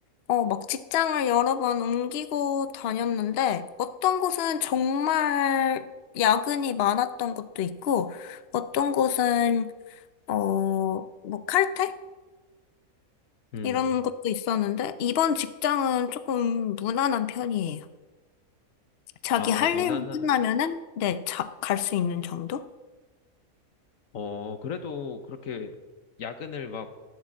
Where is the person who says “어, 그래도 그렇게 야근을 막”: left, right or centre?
Left